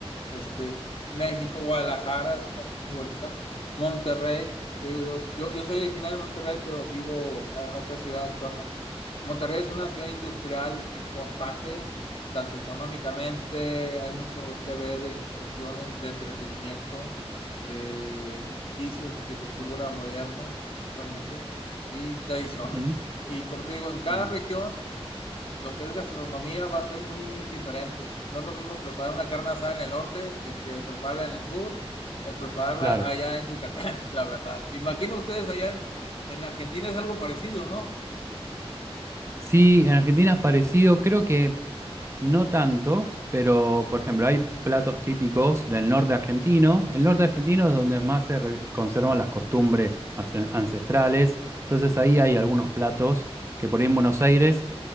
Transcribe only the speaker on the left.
Este, México, Guadalajara es una ciudad muy bonita. Monterrey, te digo, yo, yo, yo soy originario de Monterrey, pero vivo en otra ciudad actualmente. Monterrey es una ciudad industrial importante, tanto económicamente, hay mucho que ver en cuestiones de entretenimiento de edificios, arquitectura moderna principalmente, y tradiciones.
Y como te digo, en cada
región lo que es gastronomía va a ser muy diferente. No es lo mismo preparar una carne asada en el norte que, que prepararla en el sur o prepararla
allá en Yucatán, <laughs> la verdad. Imagino ustedes allá en, en Argentina es algo parecido, ¿no?